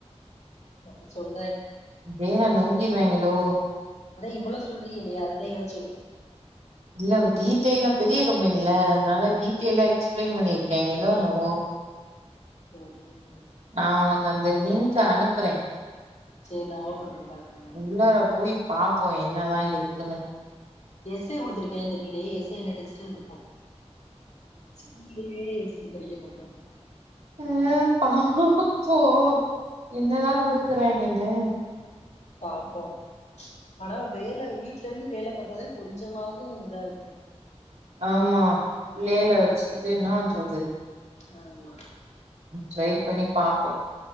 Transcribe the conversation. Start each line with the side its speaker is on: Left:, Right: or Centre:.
Left: அப்படி சொல்
Right: வேற நொங்கிருவாங்களோ
Left: இவ்ளோ சொல்றீரையலே அது தான் யோச்சு
Right: இல்ல டீட் டெயிலா பெரிய கம்பெனில அதனால டீட்டெயிலா எக்ஸ்பளைன் பண்ணியிருகாங்களோ என்னவோ
Left: சரிங்க
Right: நான் உனக்கு அந்த லிங்க் அனுப்புறேன்
Left: செரி நான் ஓப்பன் பண்ணி பாக்குறே என்னன்னு
Right: உள்ளாற போயி பாப்போம் என்னதான் இருக்குன்னு
Left: ஏஸ்ஸு குடுத்துருக்காங்கேன்னு தெரியிலயே எஸ்ஸு எதுனா டெஸ்ட்டு இதுப்போம் ஸ்கூல்லையே எஸ்ஸுக்கு படிக்க மாட் <unintelligible>
Right: அ பாப்போ என்னதான் குடுக்குறாய்ங்கன்னு
Left: பாப்போம் ஆனா வேலை வீட்ல இருந்து வேலை பாத்தா தான் கொஞ்சமாவும் இதா இருக்கும்
Right: ஆமா பிள்ளையில வச்சுக்கிட்டு என்ன பண்றது
Left: ஆமா
Right: ட்ரை பண்ணி பாப்போ